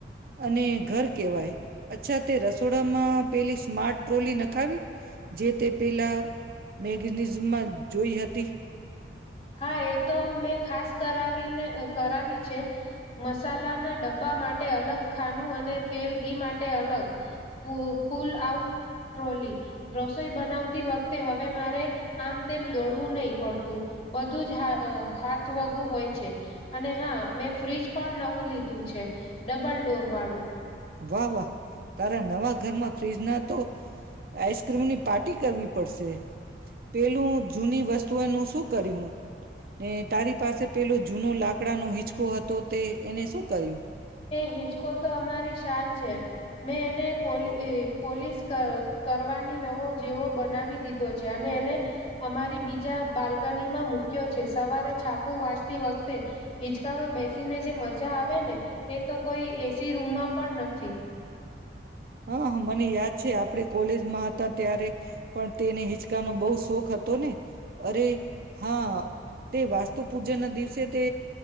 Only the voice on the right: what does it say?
અને ઘર કેવાય અચ્છા તે રસોડામાં પેલી સ્માર્ટ ટ્રોલી નખાવી જે તે પેલા મેગેનીઝમમાં જોઈ હતી.
વાહ વાહ તારા નવા ઘરમાં ફ્ર્રીજ ના તો આઈસ્ક્રીમની પાર્ટી કરવી પડશે. પેલું જૂની વસ્તુઓનું શું કર્યું? ને તારી પાસે પેલું જૂનો લાકડાનો હિચકો હતો તે એને શું કર્યું?
હા હ મને યાદ છે આપણે કોલેજમાં હતા ત્યારે પણ તેને હિચકાનો બહુ શોખ હતો ને અરે હા તે વાસ્તુ પૂજન દિસ સે તે